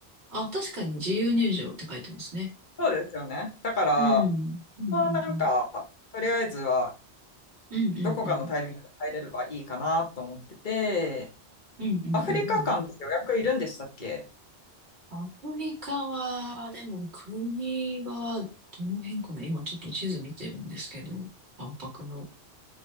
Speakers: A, on the right; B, on the left.
A: あ、確かに自由入場って書いてますね。
B: そうですよね。だから、
A: うん。うんうんうん。
B: まあなんか、とりあえずは
A: うんうんうん。
B: どこかのタイミングで入れればいいかなと思ってて、
A: うんうんうんうん。
B: アフリカ館って予約いるんでしたっけ
A: アフリカは、でも国はどの辺かな今ちょっと地図見てるんですけど、万博の。